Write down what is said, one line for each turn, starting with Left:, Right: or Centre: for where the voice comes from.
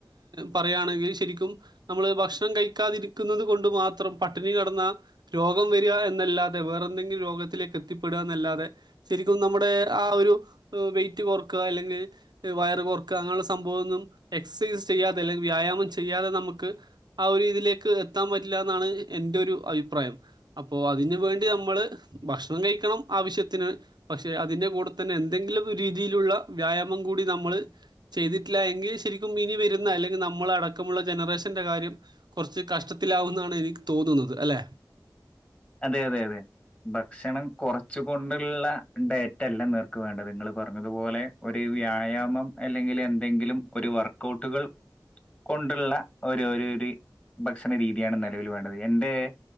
Right: പറയുകയാണെങ്കിൽ ശരിക്കും നമ്മള് ഭക്ഷണം കഴിക്കാതിരിക്കുന്നത് കൊണ്ട് മാത്രം പട്ടിണി കെടന്ന രോഗം വരിക എന്നല്ലാതെ വേറെ എന്തെങ്കിലും രോഗത്തിലേക്ക് എത്തിപ്പെടുക എന്നല്ലാതെ ശരിക്കും നമ്മുടെ ആ ഒരു വെയിറ്റ് കൊറക്കുക അല്ലെങ്കിൽ വയറ് കൊറക്കുക അങ്ങനെയുള്ള സംഭവം ഒന്നും എക്സസൈസ് ചെയ്യാതെ അല്ലെങ്കിൽ വ്യായാമം ചെയ്യാതെ നമുക്ക് ആ ഒരുരീതിലേക്ക് എത്താൻ പറ്റില്ലെന്നാണ് എന്റെ ഒരു അഭിപ്രായം അപ്പോ അതിന് വേണ്ടി നമ്മള് ഭക്ഷണം കഴിക്കണം ആവശ്യത്തിന് പക്ഷെ അതിന്റെ കൂടെ തന്നെ എന്തെങ്കിലും രീതിയിലുള്ള വ്യായാമം- മം കൂടി നമ്മള് ചെയ്തിട്ടില്ല എങ്കി ശരിക്കും ഇനി വരുന്ന അല്ലെങ്കി നമ്മള അടക്കമുള്ള ജനറേഷന്റെ കാര്യം കൊർച്ച് കഷ്ടത്തിലാവുംന്നാണ് എനിക്ക് തോന്നുന്നത് അല്ലെ?
Left: അതെ അതെ അതെ ഭക്ഷണം കൊറച്ച് കൊണ്ടുള്ള ഡൈറ്റ് അല്ല നിങ്ങക്ക് വേണ്ടത് നിങ്ങള് പറഞ്ഞതുപോലെ ഒരു വ്യായാമം അല്ലെങ്കിൽ എന്തെങ്കിലും ഒരു വർക്കൗട്ടുകൾ കൊണ്ടുള്ള ഒരു ഒരു ഭക്ഷണ രീതിയാണ് നിലവില് വേണ്ടത് എന്റെ